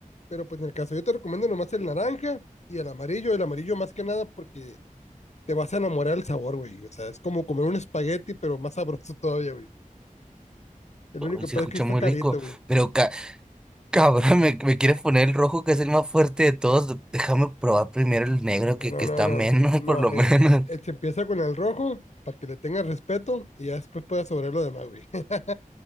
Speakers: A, on the left; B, in the centre.
A: pero pues en el caso yo te recomiendo nomás el naranja y el amarillo. El amarillo más que nada porque te vas a enamorar del sabor, güey. O sea, es como comer un espagueti, pero más sabroso <laughs> todavía, güey. El
B: Uy,
A: único
B: se
A: peor
B: escucha
A: es que está
B: muy
A: carito,
B: rico,
A: güey.
B: pero ca- <laughs> cabrón, me, me quieres poner el rojo que es el más fuerte de todos. Déjame probar primero el negro
A: No,
B: que,
A: no,
B: que
A: no,
B: está
A: no.
B: menos,
A: No,
B: <laughs> por lo
A: eh,
B: menos.
A: eh, eh, se empieza con el rojo para que le tengas respeto y ya después puedas sobrar lo demás, güey. <laughs>